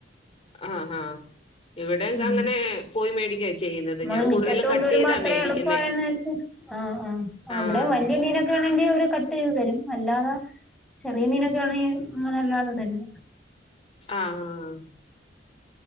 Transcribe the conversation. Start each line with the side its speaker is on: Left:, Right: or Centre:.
Left: ആ ആ ഇവിടൊക്കെ
Centre: ഉം
Left: അങ്ങനെ പോയി മേടിക്കാചെയ്യുന്നത്
Centre: നമ്മള്
Left: ഞാൻ കൂടുതലും
Centre: മിറ്റത്ത് കൊണ്ടുവരുമ്പോ
Left: കട്ട് ചെയ്താ
Centre: അത്ര
Left: മേടിക്കുന്നേ
Centre: എളുപ്പമായെന്ന് വെച്ച് ആ ആ
Left: ആഹ്
Centre: അവിടെയും വലിയ മീനൊക്കെ ആണെങ്കി അവര് കട്ട് ചെയ്ത് തരും അല്ലാതെ ചെറിയ മീനൊക്കെ ആണെങ്കിൽ അങ്ങനെ അല്ലാതെ തരും
Left: ആഹ്